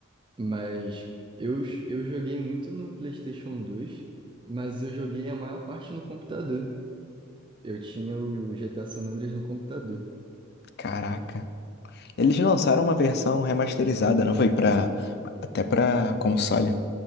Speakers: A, on the right; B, on the left.
A: mas eu, eu joguei muito no PlayStation dois mas eu joguei a maior parte no computador. Eu tinha o o GTA San Andreas no computador.
B: Caraca. Eles lançaram uma versão remasterizada, não foi? Pra, até pra console